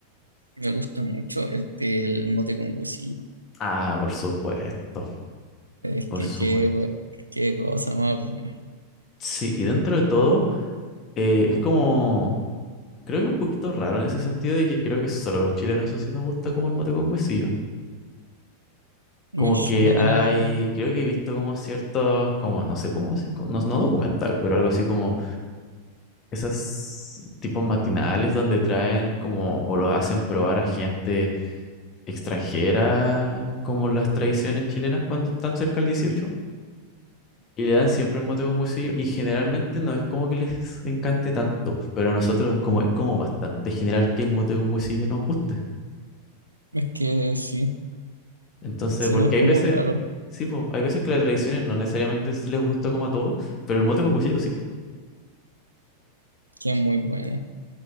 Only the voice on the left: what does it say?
Ah, por supuesto,
por
supuesto.
Sí, y dentro de todo, eh, es como, creo que un poquito raro en ese sentido de que creo que solo los chilenos eso sí nos gusta como el mote con huesillo.
Como que
hay,
creo que he visto como ciertos, como, no sé cómo, así como- no, no documental, pero algo así como esas tipos matinales donde traen como, o lo hacen probar a gente extranjera como las tradiciones chilenas cuando están cerca del 18 y le dan siempre el mote con huesillo y generalmente no es como que les encante tanto, pero a nosotros es como, es como bastante general que el mote con huesillo nos guste.
Entonces,
porque
hay veces,
sí, po, hay veces que las tradiciones no necesariamente es- les gusta como a todos, pero el mote con huesillo sí, po.